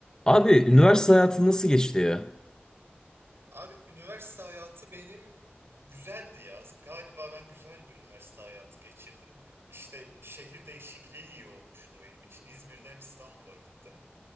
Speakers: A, on the left; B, on the right.
A: Abi üniversite hayatın nasıl geçti ya?
B: Abi üniversite hayatı benim güzeldi ya. Galiba ben güzel bir üniversite hayatı geçirdim. İşte şehir değişikliği iyi olmuştu benim için. İzmir'den İstanbul'a gittim.